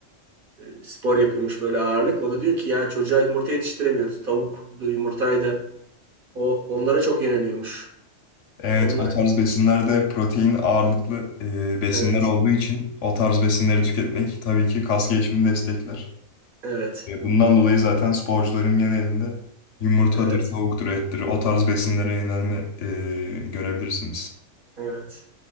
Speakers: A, on the right; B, on the left.
A: e, spor yapıyormuş böyle ağırlık. O da diyor ki ya çocuğa yumurta yetiştiremiyoruz. Tavuk yumurtaydı. O onlara çok yeniliyormuş.
B: Evet
A: Onun
B: o tarz besinlerde protein ağırlıklı e, besinler
A: evet,
B: olduğu için o tarz besinleri tüketmek tabii ki kas gelişimini destekler.
A: Hmm. evet,
B: E, bundan dolayı zaten sporcuların genelinde yumurtadır,
A: evet,
B: tavuktur, ettir o tarz besinlere yönelme e, görebilirsiniz.
A: evet.